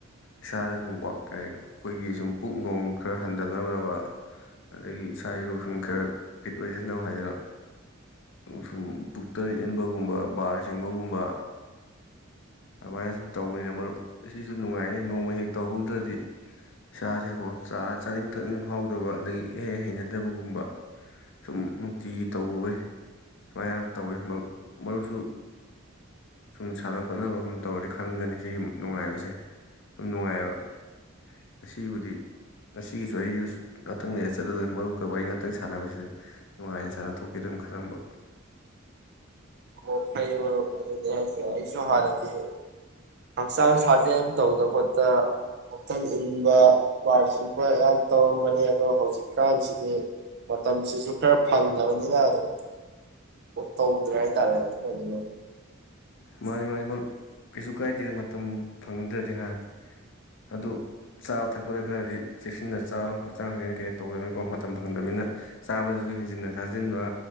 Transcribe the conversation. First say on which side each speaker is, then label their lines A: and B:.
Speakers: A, on the left; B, on the right.
A: ꯏꯁꯥꯗ ꯁꯨꯝ ꯋ ꯀ ꯑꯩꯈꯣꯏꯒꯤ ꯁꯨꯝ ꯄꯨꯛ ꯅꯨꯡ ꯈꯔ ꯍꯟꯊꯅꯕꯅꯕ ꯑꯗꯒꯤ ꯏꯁꯥ ꯏꯔꯣꯛ ꯁꯨꯝ ꯈꯔ ꯐꯤꯠ ꯑꯣꯏꯖꯅꯕ ꯍꯥꯏꯗꯅ ꯁꯨꯝ ꯄꯨꯛꯇ ꯏꯟꯕꯒꯨꯝꯕ ꯒꯕ ꯕꯥꯔ ꯆꯤꯡꯕꯒꯨꯝꯕ ꯑꯗꯨꯃꯥꯏꯅ ꯁꯨꯝ ꯇꯧꯕꯅꯤꯅ ꯃꯔꯨꯞ ꯑꯁꯤꯁꯨ ꯅꯨꯡꯉꯥꯏꯅꯤ ꯅꯣꯡꯃ ꯍꯦꯛ ꯇꯧꯍꯧꯗ꯭ꯔꯗꯤ ꯏꯁꯥꯁꯤꯀꯣ ꯆꯥ ꯆꯥꯅꯤꯡ ꯊꯛꯅꯤꯡ ꯐꯥꯎꯗꯕ ꯑꯗꯒꯤ ꯍꯦꯛ ꯍꯩꯅꯗꯕꯒꯨꯝꯕ ꯁꯨꯝ ꯅꯨꯡꯇꯤꯒꯤ ꯇꯧꯔꯨꯕꯩ ꯁꯨꯃꯥꯏꯅ ꯌꯥꯝ ꯇꯧꯋꯤ ꯃꯔꯨꯞ ꯃꯔꯨꯞꯁꯨ ꯁꯨꯝ ꯁꯥꯟꯅ ꯈꯣꯠ ꯍꯣꯠꯅꯕꯒꯨꯝ ꯇꯧꯔꯗꯤ ꯈꯪꯒꯅꯤ ꯁꯤꯒꯤ ꯅꯨꯡꯉꯥꯏꯕꯁꯦ ꯁꯨꯝ ꯅꯨꯡꯉꯥꯏꯕ ꯉꯁꯤꯕꯨꯗꯤ ꯉꯁꯤꯒꯤꯁꯨ ꯑꯩꯁꯨ ꯉꯥꯛꯇꯪꯗ ꯆꯠꯂꯗꯣꯏꯅ ꯃꯔꯨꯞꯀ ꯋꯥꯔꯤ ꯉꯥꯛꯇꯛ ꯁꯥꯟꯅꯕꯁꯤꯗ ꯅꯨꯡꯉꯥꯏꯅ ꯁꯥꯟꯅ ꯊꯣꯛꯀꯦ ꯑꯗꯨꯝ ꯈꯜꯂꯝꯕ
B: ꯑꯣ ꯐꯩ ꯃꯔꯨꯞ ꯑꯗꯨꯅꯦ ꯍꯥꯏꯁꯦ ꯑꯩꯁꯨ ꯍꯥꯟꯅꯗꯤ ꯍꯛꯆꯥꯡ ꯁꯥꯖꯦꯜ ꯇꯧꯗ ꯈꯣꯠꯇꯅ ꯄꯨꯛꯊꯟ ꯏꯟꯕ ꯄꯥꯔ ꯆꯤꯡꯕ ꯑꯣꯏꯒꯦꯔ ꯌꯥꯝ ꯇꯧꯔꯝꯕꯅꯦ ꯑꯗꯣ ꯍꯧꯖꯤꯛꯀꯥꯟꯁꯤꯗꯤ ꯃꯇꯝꯁꯤꯁꯨ ꯈꯔ ꯐꯪꯗꯕꯅꯤꯅ ꯑꯗꯨꯝ ꯇꯧꯗ꯭ꯔꯦ ꯍꯥꯏꯇꯥꯔꯦ <unintelligible>
A: ꯃꯥꯅꯤ ꯃꯥꯅꯤ ꯃꯔꯨꯞ ꯀꯩꯁꯨ ꯀꯥꯏꯗꯦꯗ ꯃꯇꯝ ꯐꯪꯗ꯭ꯔꯗꯤ ꯍꯥ ꯑꯗꯨ ꯆꯥꯕ ꯊꯛꯄꯗ ꯈꯔꯗꯤ ꯆꯦꯛꯁꯤꯟꯅ ꯆꯥꯔꯣ ꯍꯛꯆꯥꯡ ꯍꯛꯆꯦꯜ ꯀꯩ ꯇꯧꯗꯕꯅꯀꯣ ꯃꯇꯝ ꯐꯪꯗꯕꯅꯤꯅ ꯆꯥꯕꯗꯁꯨ ꯍꯦꯟꯖꯤꯟꯅ ꯊꯥꯖꯤꯟꯕ